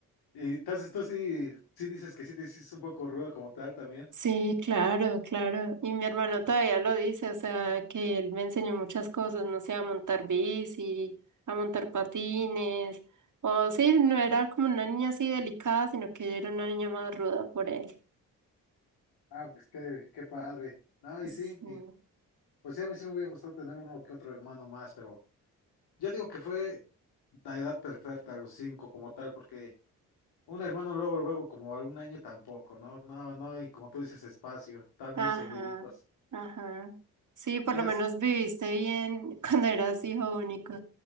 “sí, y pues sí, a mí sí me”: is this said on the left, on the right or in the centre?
Left